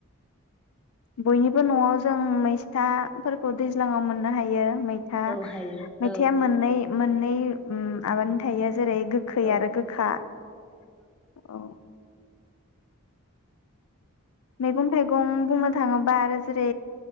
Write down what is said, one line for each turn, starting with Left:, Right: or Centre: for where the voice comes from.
Left: बयनिबो नआव जों मै सिथाफोरखौ दैज्लाङाव मोननो हायो। मैथा
Centre: औ हायो
Left: मैथाया
Centre: औ
Left: मोननै मोननै आबादनि थायो आरो जेरै गोखै
Centre: औ
Left: आरो गोखा औ। मैगं थाइगं बुंनो थाङोब्ला आरो जेरै